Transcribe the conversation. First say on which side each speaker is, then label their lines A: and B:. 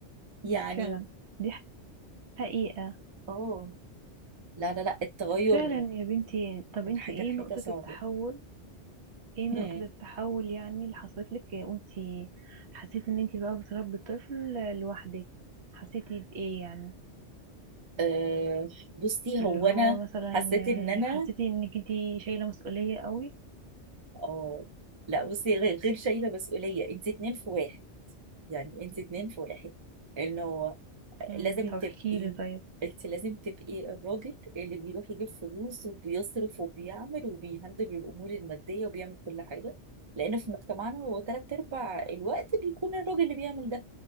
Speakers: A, on the right (about 30°); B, on the right (about 70°).
A: يعني
B: فعلا دي حقيقة
A: اه لا لا لا التغير
B: فعلا يا بنتي طب
A: من
B: انت
A: حاجة
B: ايه
A: لحاجة
B: نقطة
A: صعبة
B: التحول ايه نقطة
A: هم.
B: التحول يعني اللي حصلت لك وانت حسيتي ان انتي بقى بتربي طفل لوحدك حسيتي بايه يعني
A: أه بصي
B: اللي
A: هو
B: هو
A: انا
B: مثلا
A: حسيت
B: آه،
A: ان انا
B: حسيتي انك انتي شايلة مسؤولية قوي
A: اه لا بصي غير غير شايلة مسؤولية انت اتنين في واحد يعني انت اتنين في واحد انه
B: امم
A: لازم
B: طب
A: تبقي
B: احكيلي طيب
A: انت لازم تبقي الراجل اللي بيروح يجيب فلوس وبيصرف وبيعمل وبيهندل الامور الماديه وبيعمل كل حاجه لان في مجتمعنا هو تلات ارباع الوقت بيكون الراجل اللي بيعمل ده